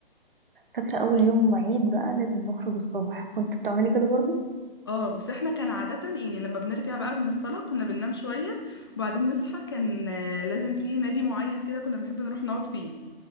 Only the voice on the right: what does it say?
فاكرة اول يوم عيد بقى لازم نخرج الصبح كنت بتعملي كده برضو